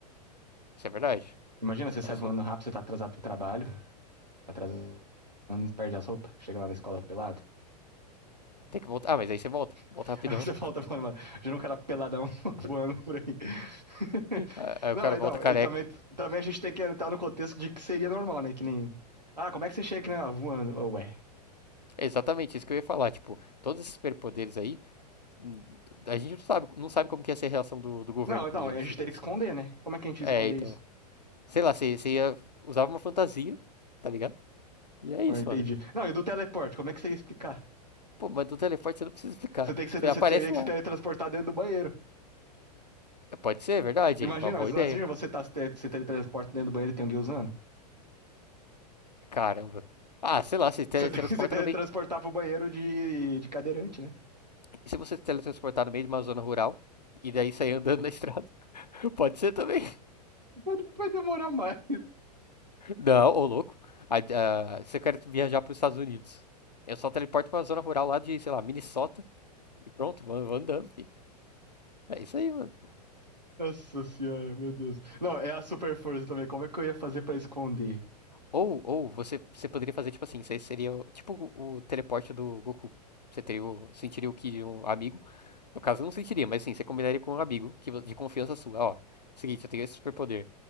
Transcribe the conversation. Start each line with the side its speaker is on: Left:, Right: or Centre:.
Left: isso é verdade.
Right: Imagina, você sai
Left: É só-
Right: voando rápido, você tá atrasado pro trabalho, tá atrasado, perde as roupas, chega lá na escola pelado.
Left: Tem que voltar. Ah, mas aí você volta. Volta
Right: <laughs>
Left: rapidão.
Right: Aí você volta falando, mano, já não um cara peladão <laughs> voando por aí. <laughs>
Left: Ah, Aí
Right: Não,
Left: o cara
Right: e
Left: volta
Right: não,
Left: careca.
Right: e também, também a gente tem que entrar no contexto de que seria normal, né? Que nem. Ah, como é que você chega aqui, né? Ah, Voando, oh, ué.
Left: É exatamente isso que eu ia falar. Tipo, todos esses superpoderes aí, hum, a gente não sabe, não sabe como que ia ser a reação do, do governo,
Right: Não,
Left: por
Right: então,
Left: exemplo,
Right: a gente
Left: se isso.
Right: teria que esconder, né? Como é que a gente
Left: É,
Right: ia esconder
Left: então.
Right: isso?
Left: Sei lá, você, você ia. Usava uma fantasia, tá ligado? E é isso,
Right: Ah, entendi.
Left: mano.
Right: Não, e do teleporte, como é que você ia explicar?
Left: Pô, mas do teleporte você não precisa explicar.
Right: Você tem que ser,
Left: Você
Right: você
Left: aparece
Right: teria que
Left: lá.
Right: se teletransportar dentro do banheiro.
Left: Pode ser, é verdade.
Right: Imagina,
Left: Uma boa
Right: mas
Left: ideia.
Right: imagina você tá se, te- se teletransporta dentro do banheiro e tem alguém usando.
Left: Caramba. Ah, sei lá, você teletransporta
Right: Você tem que se teletransportar
Left: no meio.
Right: pro banheiro de, de cadeirante, né?
Left: Se você se teletransportar no meio de uma zona rural e daí sair andando na estrada, <laughs> pode ser também.
Right: Mas Vai demorar mais.
Left: Não, ô louco. Ah, ah, se eu quero viajar para os Estados Unidos, eu só teleporto para uma zona rural lá de, sei lá, Minnesota e pronto, vou, vou andando, fi. É isso aí, mano.
Right: Nossa senhora, meu Deus. Não, é a super força também. Como é que eu ia fazer pra esconder?
Left: Ou, ou você, você poderia fazer tipo assim, você seria o- tipo o, o teleporte do Goku. Você teria o, sentiria o ki de um amigo. No caso, eu não sentiria, mas sim, você combinaria com um amigo que, de confiança sua. Ó, seguinte, eu tenho esse superpoder.